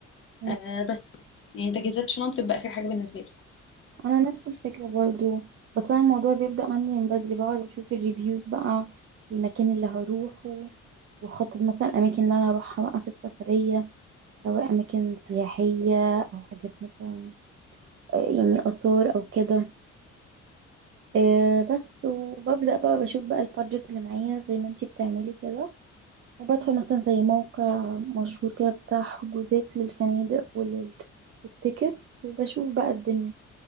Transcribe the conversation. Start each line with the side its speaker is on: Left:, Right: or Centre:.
Right: أها.
Left: آه بس يعني تجهيزات الشنط بتبقى آخر حاجة بالنسبة لي
Right: انا نفس الفكرة برضو بس انا الموضوع بيبدأ عندي من بدري بقعد اشوف الريفيوز بقى المكان اللي هروحه واخطط مثلا الاماكن اللي انا هروحها بقى في السفرية سواء اماكن سياحية او حاجات مثلا آه، يعني اثار او كده آه بس وببدأ بقى بشوف بقى البادجت اللي معايا زي ما انتي بتعملي كده وبدخل مثلا زي موقع مشهور كده بتاع حجوزات للفنادق وللتيكتس وبشوف بقى الدنيا